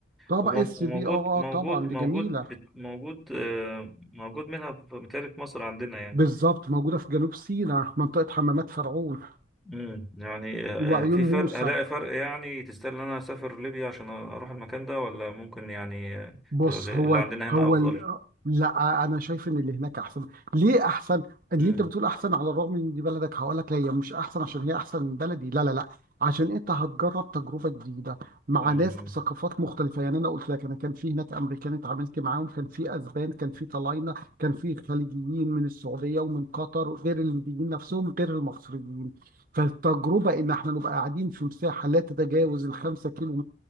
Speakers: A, on the right (about 45°); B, in the centre.
A: طبعا
B: ومو-
A: اس
B: وموجود
A: بي اه
B: موجود
A: طبعا دي
B: موجود
A: جميله
B: بت- موجود آه، موجود منها في- متهيألي في مصر عندنا يعني
A: بالظبط موجوده في جنوب سيناء منطقه حمامات فرعون
B: امم يعني آه،
A: وعيون
B: آه، في
A: موسى
B: فرق هلاقي فرق يعني تستاهل إن أنا أسافر ليبيا عشان أروح المكان ده ولا ممكن يعني آه،
A: بص
B: تبقى اللي
A: هو
B: عندنا هنا
A: هو
B: أفضل
A: ال... آه، لا انا شايف ان اللي هناك احسن ليه احسن اللي
B: امم
A: انت بتقول احسن على الرغم ان دي بلدك هقول لك لا هي مش احسن عشان هي احسن من بلدي لا لا لا عشان انت هتجرب تجربه جديده مع
B: امم
A: ناس بثقافات مختلفه يعني انا قلت لك انا كان في هناك امريكان اتعاملت معاهم كان في اسبان كان في طلاينه كان في خليجيين من السعوديه ومن قطر غير الليبيين نفسهم غير المصريين فالتجربه ان احنا نبقى قاعدين في مساحه لا تتجاوز الخمسة كيلو